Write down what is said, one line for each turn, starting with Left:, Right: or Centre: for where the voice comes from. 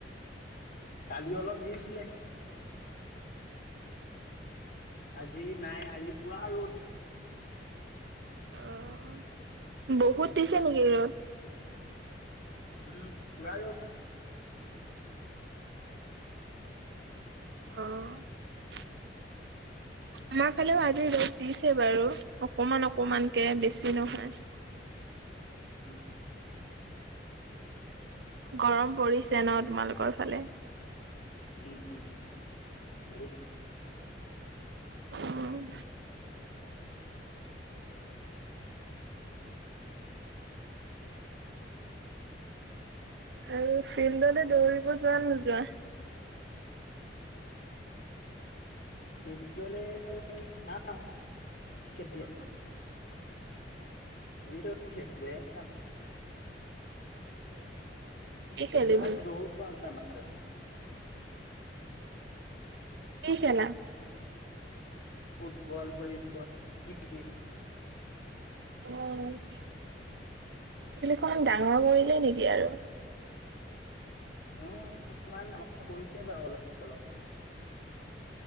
Left: কালি অলপ দিছিলে। আজি নাই আজি পুৰা ৰ'দ।
Right: অ', বহুত দিছে নেকি ৰ'দ?
Left: উম পুৰা ৰ'দ।
Right: অ', আমাৰ ফালেও আজি ৰ'দ দিছে বাৰু অকমান-অকমানকে বেছি নহয়।
Left: <inaudible>
Right: গৰম পৰিছে ন তোমালোকৰ ফালে।
Left: উম বহুত।
Right: উম। আৰু ফিল্ডতে দৌৰিব যোৱা নে নোযোৱা?
Left: ফিল্ডলে যাও কেতিয়াবা। এনেতো <unintelligible>
Right: কি খেলিব
Left: কেতিয়াবা দৌৰো তাৰ মাজতে।
Right: কি খেলা?
Left: ফুট বল ভলীবল কি <unintelligible>
Right: অঁ, ফিল্ডখন ডাঙৰ কৰিলে নেকি আৰু?
Left: উম, অকমান ডাঙৰ কৰিলে বাৰু অলপ চলপ।